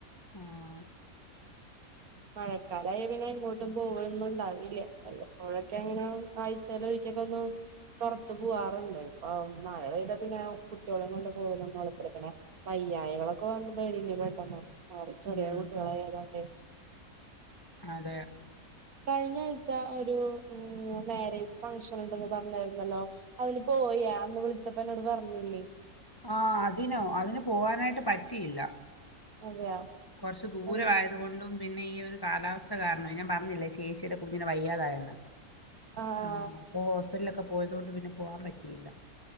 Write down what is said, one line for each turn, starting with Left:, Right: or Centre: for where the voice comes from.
Left: ആഹ്
Right: മഴക്കാലായാ പിന്നെ എങ്ങോട്ടും പോവലൊന്നുംണ്ടാവില്ല വല്ലപ്പോഴൊക്കെ ഇങ്ങനെ ആയ്ച്ചേലൊരിക്കെക്കൊന്ന് പൊറത്ത് പൂവാറ്ണ്ട് ഇപ്പൊ മഴ പെയ്ത പിന്നെ കുട്ട്യോളേം കൊണ്ട് പോവലൊന്നും <unintelligible> പിന്നെ വയ്യായികളൊക്കെ വന്ന വരില്ലേ പെട്ടെന്ന് അവർ ചെറിയ
Left: ഉം,
Right: കുട്ടികളായതോണ്ടേ
Left: അതെ
Right: കഴിഞ്ഞ ആഴ്ച ഒരു ഉം മാരേജ് ഫങ്ഷൻ ഉണ്ടെന്ന് പറഞ്ഞായിരുന്നല്ലോ അതിന് പോയാ അന്ന് വിളിച്ചപ്പൊ എന്നോട് പറഞ്ഞില്ലേ
Left: ആഹ് അതിനോ അതിന് പോവാനായിട്ട് പറ്റിയില്ല
Right: അതെയാ
Left: കൊറച്ച് ദൂരവായ
Right: ആഹ്
Left: ത്കൊണ്ടും പിന്നെ ഈ ഒരു കാലാവസ്ഥ കാരണം ഞാൻ പറഞ്ഞില്ലേ ചേച്ചിടെ കുഞ്ഞിന് വയ്യാതായെന്ന്
Right: ആഹ്‌
Left: ആഹ് അപ്പൊ ഹോസ്പിറ്റ്ലൊക്കെ പോയതോണ്ട് പിന്നെ പോവാൻ പറ്റിയില്ല